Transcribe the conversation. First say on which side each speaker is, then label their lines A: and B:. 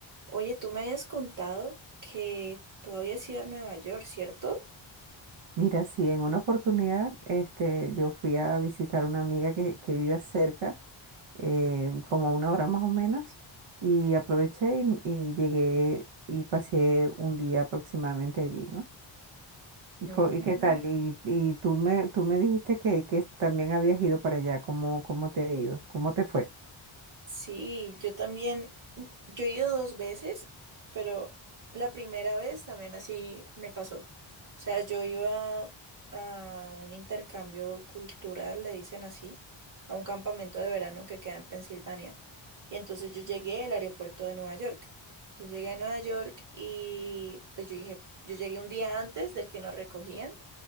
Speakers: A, on the right (about 40°); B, on the right (about 90°).
A: Oye, tú me habías contado que tú habías ido a Nueva York, ¿cierto?
B: Mira, sí, en una oportunidad este, yo fui a visitar a una amiga que, que vive cerca, eh, como a una hora más o menos, y aproveché y, y llegué y pasé un día aproximadamente allí, ¿no? ¿Y
A: Mm,
B: co- y qué tal? Y, y tú me, tú me dijiste que, que también habías ido para allá, ¿cómo, cómo te ha ido? ¿Cómo te fue?
A: Sí, yo también, yo he ido dos veces, pero la primera vez también así me pasó. O sea, yo iba a un intercambio cultural, le dicen así, a un campamento de verano que queda en Pensilvania. Y entonces yo llegué al aeropuerto de Nueva York. Yo llegué a Nueva York y pues yo dije, yo llegué un día antes del que nos recogían